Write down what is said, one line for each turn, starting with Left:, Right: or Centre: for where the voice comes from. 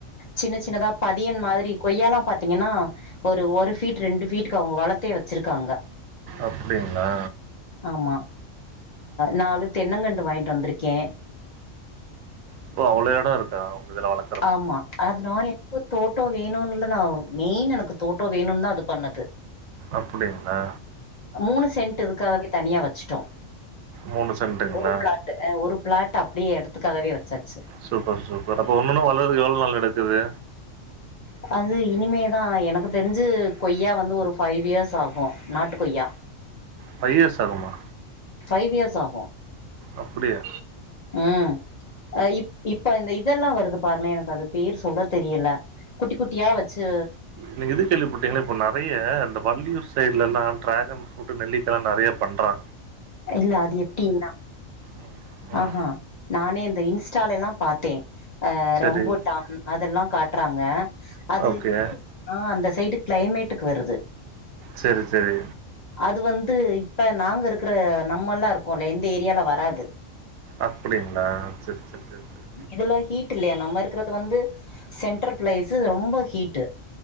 Left: சின்ன சின்னதா பதியன் மாதிரி கொய்யாலாம் பாத்திகன்னா ஒரு ஒரு ஃபீட் ரெண்டு ஃபீட்டுக்கு அவுங்க வளத்தே வச்சிருக்காங்க
Right: அப்டிங்ளா
Left: ஆமா நாலு அ தென்னங்கண்டு வாய்ன்ட்டு வந்திருக்கே
Right: இப்ப அவ்ளோ எட இருக்கா ஒங்க இதுல வளக்
Left: ஆம்மா அதுனா என் இப்ப தோட்டோ வேணுன்லா நா மெயின் எனக்கு தோட்டோ வேணுன்தா அது பண்ணது
Right: அப்புடிங்ளா
Left: மூனு சென்ட்டு இதுக்காகவே தனியா வச்சுட்டோ
Right: மூனு சென்ட்டுங்ளா
Left: ஒரு பிளாட் அ ஒரு பிளாட்டு அப்டியே எடத்துக்காகவே வச்சாச்சு
Right: சூப்பர் சூப்பர் அப்ப ஒன்னொன்னு வளர்துக் எவள் நாள் எடுக்குது
Left: உஹ அது இனிமேதா எனக்கு தெரிஞ்சு கொய்யா வந்து ஒரு ஃபைவ் இயர்ஸ் ஆகு நாட்டு கொய்யா <inaudible>
Right: ஃபைவ் இயர்ஸ் ஆகுமா
Left: ஃபவ் இயர்ஸ் ஆகும்
Right: அப்டியா
Left: ம் அ இப் இப்ப இந்த இதுல்லாம் வருது பார்லே எனக்கு அது பேர் சொல்ல தெரியில குட்டி குட்டியா வச்சு
Right: நீங்க இண்டஸ்ட்ரியல போட்டிங்கன்னா போப்லா நெறைய இந்த வள்ளியூர் சைட்லெல்லா டிராகன் ஃப்ரூட் நெல்லிக்கா நெறைய பண்றா
Left: இல்ல அது எப்டினா
Right: ம், ம்.
Left: ஆஹஹா நானே இந்த இன்ஸ்டாலெல்லா பார்த்தேன் அ
Right: சரி
Left: ரொம்புட்டான் அதெல்லாம் காட்றாங்க அது
Right: ஓகே
Left: ஆ அந்த சைடு கிளைமேட்டுக்கு வருது
Right: சரி சரி
Left: அது வந்து இப்ப நாங்க இருக்குற நம்ம எல்லாம் இருக்கோல இந்த ஏரியால வராது
Right: அப்டிங்களா சரி சரி சரி சரி
Left: இது ல ஹீட் இல்லைய நம்ம இருக்றது வந்து சென்ட்ர் பிளேஸு ரொம்ப heat